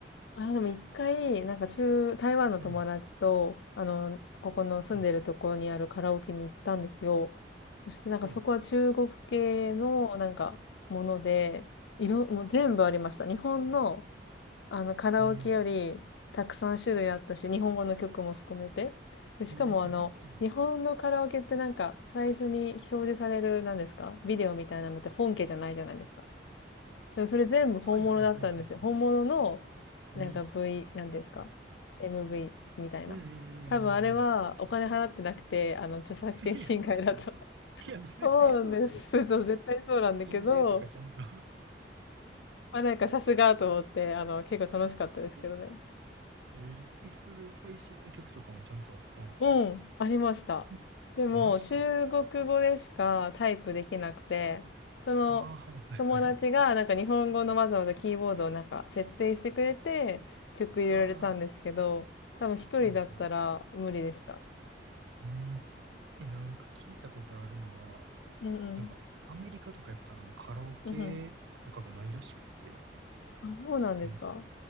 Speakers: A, on the left (about 85°); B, on the right (about 85°).
A: あ、でも一回、なんか中、台湾の友達と、
B: うん。
A: あの、ここの住んでるところにあるカラオケに行ったんですよ。
B: はい。
A: そしてなんかそこは中国系のなんかもので、
B: はい。
A: いろ、もう全部ありました。日本のあのカラオケよりたくさん種類あったし、
B: えー、
A: 日本語の曲も含めて。で、しかもあの、
B: えー、えマジで。
A: 日本のカラオケってなんか最初に表示される、なんですかビデオみたいなのって本家じゃないじゃないですか。でもそれ全部本物だったんですよ。
B: はいはいはいはいはい。
A: 本物の、なんか
B: えー、
A: V、なんですか ?MV みたいな。
B: うんうんうんうんうん。
A: 多分あれはお金払ってなくて、あの、著作権侵害だと
B: <laughs> いや、そうっすよね。いや、
A: <laughs>
B: 絶対そうっすよね。
A: そうなんです。そう、絶対そうなんだけど、
B: 印税とかちゃんと
A: まあなんかさすがと思って、あの、結構楽しかったですけどね。
B: <laughs> えー、え、それ最新の曲とかもちゃんとあったんすか
A: うん、ありました。
B: え
A: でも、
B: マジで
A: 中国語でしかタイプできなくて、その友達がなんか日本語のわざわざキーボードをなんか設定してくれて曲入れられたんですけど、
B: ああー、はいはいはい。あ
A: 多分一人だったら無理でした。
B: あ、はいはい。うん。え、なんか聞いたことあるのは、
A: うんうん。
B: なんかアメリカとかやったらもうカラオケとかがないらしくって、
A: うんうん。あ、そうなんですか
B: なんか